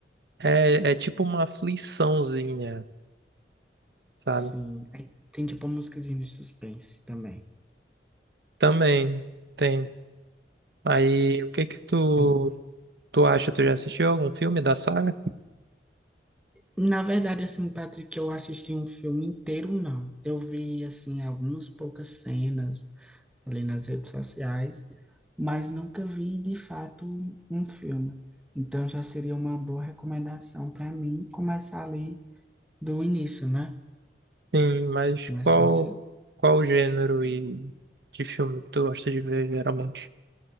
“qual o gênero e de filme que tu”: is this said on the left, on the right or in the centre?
Right